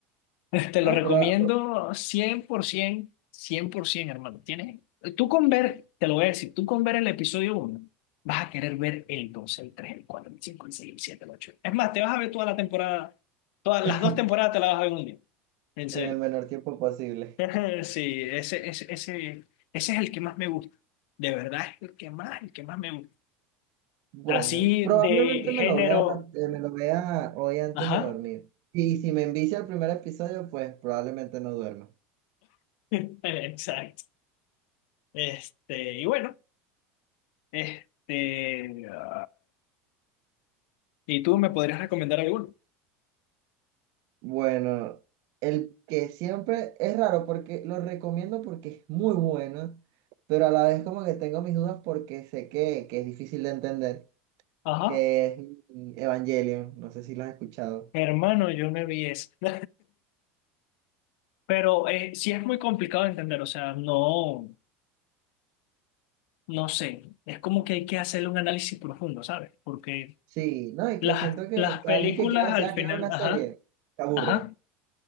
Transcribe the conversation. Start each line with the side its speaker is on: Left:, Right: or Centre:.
Left: Te
Right: Ah,
Left: lo recomiendo
Right: pero
Left: cien cien por ciento, cien por 100%, hermano. Tienes, tú con ver, te lo voy a decir, tú con ver el episodio uno vas a querer ver el dos el tres el cuatro el cinco el seis el siete el ocho Es más, te vas a ver toda la temporada, todas
Right: <laughs>
Left: las dos temporadas te las vas a ver en un día. En serio.
Right: en el menor tiempo posible.
Left: <laughs> Sí, ese, ese, ese, ese es el que más me gusta. De verdad, es el que más, el que más me gusta.
Right: Bueno,
Left: Así
Right: probablemente
Left: de
Right: me
Left: género.
Right: lo vea, rap- eh, me lo vea hoy antes
Left: Ajá.
Right: de dormir. Y si me envicia el primer episodio, pues probablemente no duerma.
Left: <laughs> Exacto. Este, y bueno, este, ¿Y tú me podrías recomendar alguno?
Right: Bueno, el que siempre es raro porque lo recomiendo porque es muy bueno, pero a la vez como que tengo mis dudas porque sé que, que es difícil de entender,
Left: Ajá,
Right: que es mm, Evangelion, no sé si lo has escuchado.
Left: hermano, yo no vi eso. <laughs> Pero eh, sí es muy complicado de entender, o sea, no, no sé, es como que hay que hacerle un análisis profundo, ¿sabes? Porque
Right: Sí, no, y
Left: las,
Right: que siento que,
Left: las
Right: que
Left: películas
Right: alguien que quiera decir,
Left: al
Right: ah,
Left: final,
Right: quiero ver una
Left: ajá,
Right: serie, se aburre.
Left: ajá,